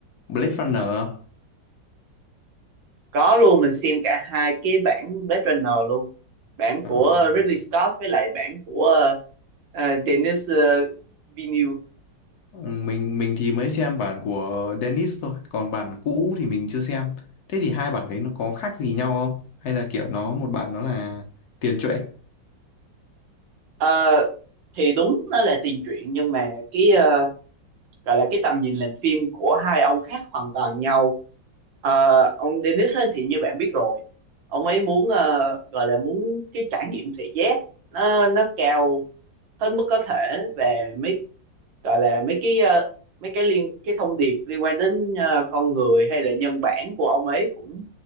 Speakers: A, on the left; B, on the right.
A: Blade Runner không?
B: có luôn mình xem cả hai cái bản Blade Runner luôn bản
A: Ờ,
B: của Ridley Scott với lại bản của ờ, ờ, Denis ờ, Villeneuve
A: mình mình thì mới xem bản của Dennis thôi, còn bản cũ thì mình chưa xem. Thế thì hai bản đấy nó có khác gì nhau không? Hay là kiểu nó một bản nó là tiền truyện,
B: Ờ, thì đúng nó là tiền truyện nhưng mà cái ờ, gọi là cái tầm nhìn làm phim của hai ông khác hoàn toàn nhau Ờ, ông Denis ấy thì như bạn biết rồi ông ấy muốn ờ, gọi là muốn cái trải nghiệm thị giác nó nó cao hết mức có thể về mấy gọi là mấy cái ờ, mấy cái liên cái thông điệp liên quan đến ờ, con người hay là nhân bản của ông ấy cũng